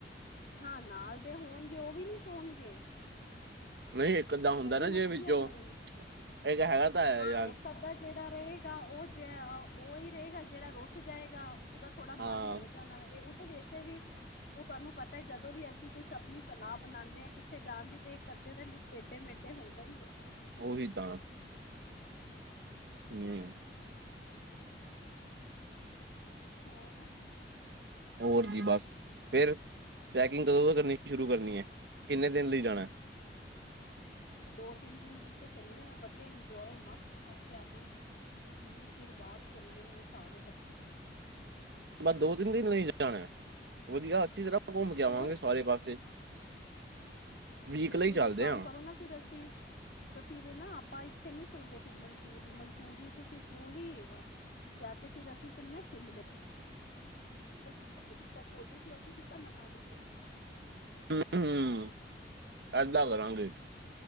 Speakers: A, on the left (about 55°); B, on the right (about 70°).
A: ਹਾਂ ਨਾਲ ਦੇ ਹੋਣਗੇ ਓ ਵੀ ਨੀ ਸੋਨਗੇ।
B: ਨਈਂ ਇੱਕ ਅੱਧਾ ਹੁੰਦਾ ਨਾ
A: ਮਸਤੀਆਂ
B: ਜਿਵੇਂ ਵਿਚੋਂ,
A: ਕਰਨਗੇ
B: ਇਕ ਹੈਗਾ ਤਾਂ ਹੈ
A: ਹਾਂ
B: ਯਾਰ
A: ਇੱਕ ਅੱਧਾ ਜੇੜਾ ਰਏਗਾ ਓ ਜੈ, ਓਈ ਰਏਗਾ ਜੇੜਾ ਰੁੱਸ ਜਾਏਗਾ। ਉਦਾ ਥੋੜਾ
B: ਹਾਂ
A: ਮਨ ਹੋ ਜਾਣਾ ਵੈ ਏ ਓ ਵੇਸੇ ਵੀ ਓ ਧੋਨੂੰ ਪਤਾ ਐ ਜਦੋਂ ਵੀ ਅਸੀਂ ਕੁਛ ਆਪਣੀ ਸਲਾ ਬਣਾਦੇ ਆਂ ਕਿੱਥੇ ਜਾਣ ਦੀ ਤੇ ਇੱਕ ਅੱਧੇ ਦੇ ਟੇਡੇ ਮੇਡੇ ਹੋਂਨਾ ਈ ਏ।
B: ਉਹੀ ਤਾਂ।
A: ਹੂੰ
B: ਹੂੰ।
A: ਹੋਰ।
B: ਹੋਰ ਕੀ ਬਸ ਫੇਰ ਪੈਕਿੰਗ ਕਦੋਂ ਤੋਂ ਕਰਨੀ ਸ਼ੁਰੂ ਕਰਨੀ ਏ, ਕਿੰਨੇ ਦਿਨ ਲਈ ਜਾਣੈ।
A: ਦੋ ਤਿੰਨ ਦਿਨ ਵਾਸਤੇ ਚੱਲਨੇ ਆ ਵਧੀਆ ਇੰਨਜੋਏ ਮਸਤ ਕਰਕੇ ਆਵਾਂਗੇ। ਇੰਨੇ ਚਿਰ ਬਾਦ ਚੱਲੇ ਆਂ ਸਾਰੇ ਕੱਠੇ।
B: ਬਸ ਦੋ ਤਿੰਨ ਦਿਨ ਲਈ ਜਾਣੈ, ਵਧੀਆ ਅੱਛੀ ਤਰ੍ਹਾਂ ਆਪ ਘੁੰਮ ਕੇ ਆਵਾਂਗੇ
A: ਹੋਰ
B: ਸਾਰੇ
A: ਕੀ
B: ਪਾਸੇ। ਵੀਕ
A: 'ਤੇ
B: ਲਈ
A: ਫਿਰ
B: ਚੱਲਦੇ
A: ਏਕ ਕੰਮ
B: ਹਾਂ
A: ਕਰੋ ਨਾ ਫਿਰ ਅਸੀਂ ਤੇ ਫਿਰ ਇਹ ਨਾ ਆਪਾਂ ਇੱਥੇ ਨੀ ਚੱਲਦੇ ਫਿਰ ਮਨਸੂਰੀ ਮਨਸੂਰੀ ਤੇ ਸਿਰਫ ਉਹੀ ਹੈਗਾ। ਯਾਂ ਤੇ ਫਿਰ ਅਸੀਂ ਚੱਲੇ ਆਂ ਸ਼ਿਮਲੇ। ਅਸੀਂ ਕਸੋਲੀ-ਕਸੋਲੀ ਤੋਂ ਅਸੀਂ ਸਿੱਧਾ ਮਨਾਲੀ ਚਲੇ ਜਾਵਾਂਗੇ।
B: ਹੂੰ ਹੂੰ ਐਦਾਂ ਕਰਾਂਗੇ।